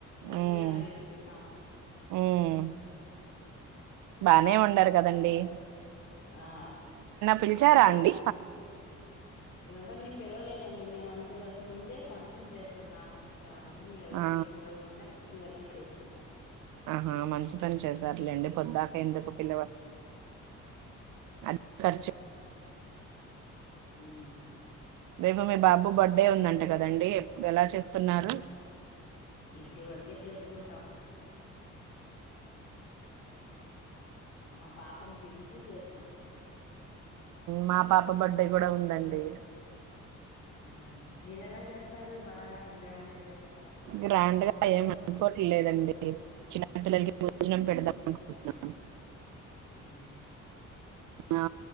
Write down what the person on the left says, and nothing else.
సేమయాలు
చేసుకున్నాము
ఆ
ఎవరిని పిలవలేదండి మేము అంత వరకు ముందే ఫంక్షన్ చేసుకున్నాము ఇ అందరినీ ఎవరిక
ఏం పిలవకుండా ఇంటి వరకే చేసుకున్నాం
మ్మ్
ఆ ఇంటి వరకే చేసుకుంటాం మా పాపని పిలిచి చేసుకుంటాం
ఆ మీరూ ఎలా చేస్తారు బాగా గ్రాండ్ గా చేస్తా
ఉమ్